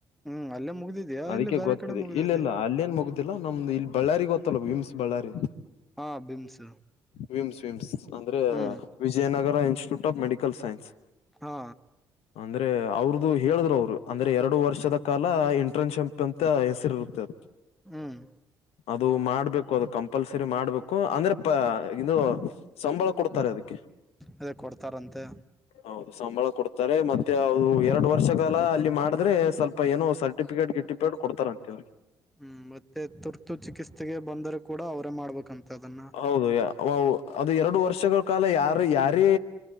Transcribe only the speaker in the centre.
ಹ್ಮ್ ಅಲ್ಲೇ ಮುಗ್ದಿದ್ಯಾ
ಇಲ್ಲಿ ಬೇರೆ
ಕಡೆ ಮುಗ್ದಿದೆ
ಹಾ ಬಿಮ್ಸ್
ಹ್ಮ್
ಹಾ
ಹ್ಮ್
ಅದೇ ಕೊಡ್ತಾರಂತೆ
ಹ್ಮ್ ಮತ್ತೆ ತುರ್ತು ಚಿಕಿತ್ಸೆಗೆ ಬಂದರೆ ಕೂಡ ಅವರೇ ಮಾಡ್ಬೇಕಂತೆ ಅದನ್ನ.